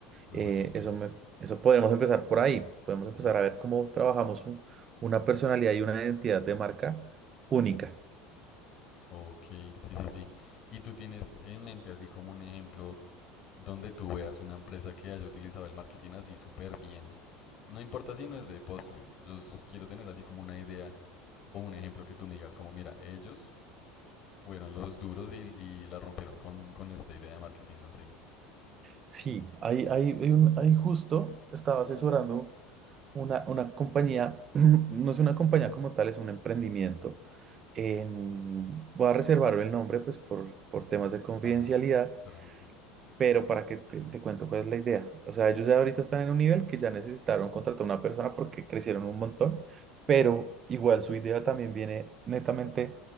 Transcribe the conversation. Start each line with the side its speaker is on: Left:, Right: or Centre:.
Left: No,
Right: eh,
Left: oye, sí.
Right: eso, me, eso podemos empezar por ahí. Podemos
Left: Ujú.
Right: empezar a ver cómo trabajamos un- una personalidad y una identidad de marca única.
Left: Ok, sí, sí, sí. ¿Y tú tienes en mente así como un ejemplo donde tú veas una empresa que haya utilizado el marketing así súper bien. No importa si no es de postres, yo s- quiero tener así como una idea o un ejemplo que tú me digas como, mira, ellos fueron los duros y, y la rompieron con, con esta idea de marketing, no sé.
Right: Sí, hay, hay, hay un- hay justo estaba asesorando una, una compañía, <clears throat> no es una compañía como tal, es un emprendimiento. En- voy a reservar el nombre pues por, por temas de confidencialidad,
Left: Ajá, tranqui.
Right: Pero para que te, te cuento cuál es la idea. O sea, ellos ya ahorita están en un nivel que ya necesitaron contratar a una persona porque crecieron un montón, pero igual su idea también viene netamente